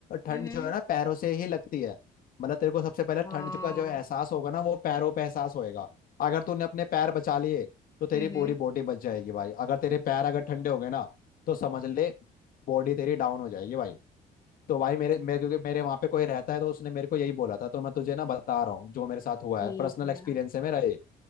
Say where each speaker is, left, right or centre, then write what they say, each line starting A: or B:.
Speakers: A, on the left; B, on the left.
A: ठंड
B: हम्म,
A: जो है ना पैरों से ही लगती है मतलब तेरे को सबसे पहले
B: हाँ
A: ठंड का जो एहसास होगा ना वो पैरों पे एहसास होएगा अगर तूने अपने पैर बचा लिए तो तेरी
B: हम्म
A: पूरी
B: हम्म,
A: बॉडी बच जाएगी भाई अगर तेरे पैर अगर ठंडे हो गए ना तो समझ ले बॉडी तेरी डाउन हो जाएगी भाई तो भाई मेरे मेरे क्योंकि मेरे वहां पे कोई रहता है तो उसने मेरे को यही बोला था तो मैं तुझे ना बता रहा हूँ जो मेरे साथ हुआ
B: ठीक
A: है पर्सनल
B: है
A: एक्सपीरियंस है मेरा ये